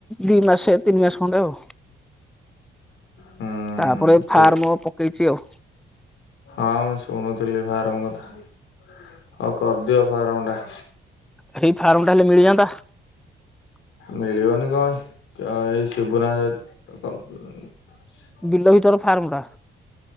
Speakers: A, in the centre; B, on the left.
A: ଦି ମାସ ତିନି ମାସ ଖଣ୍ଡେ ଆଉ।
B: ହୁଁ
A: ତାପରେ
B: ଠିକ୍
A: ଫାର୍ମ ପକେଇଛି ଆଉ।
B: ହଁ, ମୁଁ ଶୁଣୁଥିଲି ଫାର୍ମ କଥା। ହଉ କରିଦିଅ ଫାର୍ମ ଟା।
A: ସେଇ ଫାର୍ମଟା ହେଲେ ମିଳିଯାଆନ୍ତା।
B: ମିଳିବନି କଣ। ଏଇ ଶିବୁନା ସ କପ <unintelligible>
A: ବିଲ ଭିତର ଫାର୍ମ ଟା।